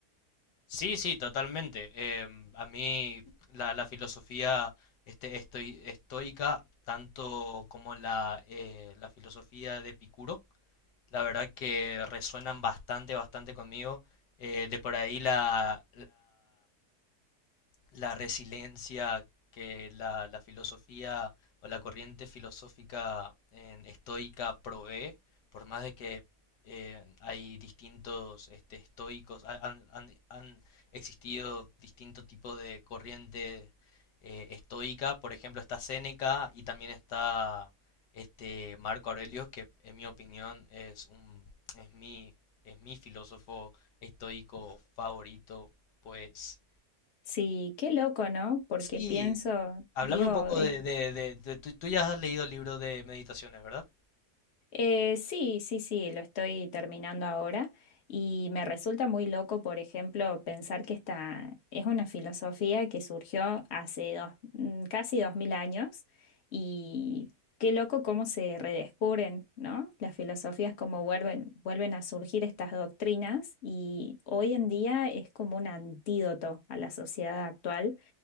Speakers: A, on the left (about 85°); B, on the left (about 45°).
A: Sí, sí, totalmente. Em, a mí la, la filosofía este, estoi- estoica, tanto como la, eh, la filosofía de Epicuro, la verdad que resuenan bastante, bastante conmigo. Eh, de por ahí la, la resiliencia que la, la filosofía o la corriente filosófica en- estoica provee, por más de que eh, hay distintos este, estoicos, ha- han, han- han existido distintos tipos de corriente eh, estoica, por ejemplo está Séneca y también está este Marco Aurelio, que en mi opinión es un, es mi, es mi filósofo estoico favorito, pues
B: Sí, qué loco, ¿no? Porque
A: Sí,
B: pienso,
A: háblame
B: digo,
A: un poco
B: es
A: de, de, de- de- tú, tú ya has leído el libro de meditaciones, ¿verdad?
B: Eh, sí, sí, sí, lo estoy terminando ahora y me resulta muy loco, por ejemplo, pensar que esta es una filosofía que surgió hace dos, mm, casi dos mil años y qué loco cómo se redescubren, ¿no? Las filosofías, cómo vuelven, vuelven a surgir estas doctrinas y hoy en día es como un antídoto a la sociedad actual